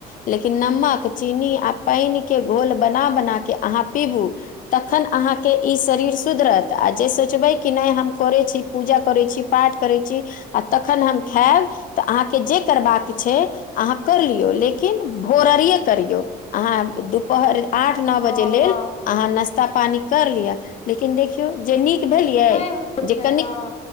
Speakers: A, on the left; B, on the left.
A: लेकिन नमक चीनी आ पानि के घोल बना बनाके अहाँ पीबू तखन अहाँके ई शरीर सुधरत तऽ आ जे सोचबै कि नहि हम करैत छी पूजा करै छी पाठ करैत छी आ तखन हम खैब तऽ अहाँके जे करबाक छै अहाँ कर लियौ लेकिन भोरहरिये करियौ आहाँ दुप हर आठ नौ बजे
B: हँ
A: लेल
B: हँ
A: आहाँ नास्ता पानि कैर लिया लेकिन देखियौ जे नीक भेलियै
B: नहि होइ
A: जे
B: छै
A: कनिक
B: हँ